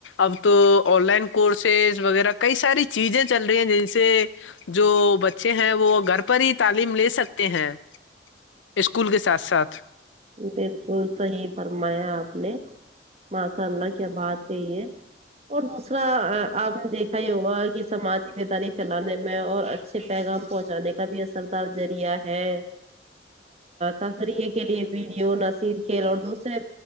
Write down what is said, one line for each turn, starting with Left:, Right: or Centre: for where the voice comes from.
Left: اب تو آن لائن کورسز وغیرہ کئی ساری چیزیں چل رہی ہیں جن سے جو بچے ہیں وہ گھر پر ہی تعلیم لے سکتے ہیں اسکول کے ساتھ ساتھ
Right: بالکل صحیح فرمایا آپ نے ماشاء اللہ کیا بات کہی ہے اور دوسرا آپ نے دیکھا یہ ہوگا کہ سمجی بیداری پھیلانے میں اور اچھے پیغام پہنچانے کا بھی اثردار ذریعہ ہے تفریح کے لیے ویڈیو نہ صرف کے اور دوسرے